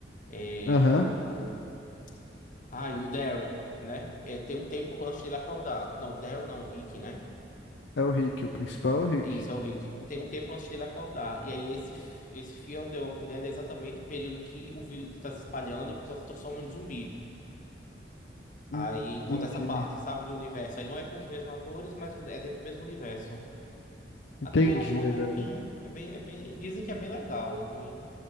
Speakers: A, on the left; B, on the left.
A: É
B: Aham.
A: o. Ah, e o Daryl, né? É, tem um tempo antes dele acordar. Não, Daryl não, o Rick, né?
B: É o Rick, o principal é o Rick.
A: Isso, é o Rick. Tem um tempo antes dele acordar. E aí, esse, esse Fear of the Walking Dead é exatamente o período que o vírus está se espalhando e o pessoal se transforma em zumbi. Aí
B: Hum,
A: conta
B: Entendi.
A: essa parte, sabe, do universo. Aí não é com os mesmos atores, mas é dentro do mesmo universo.
B: Entendi
A: Até durou um bom
B: agora.
A: tempinho. É bem, é bem, dizem que é bem legal. E,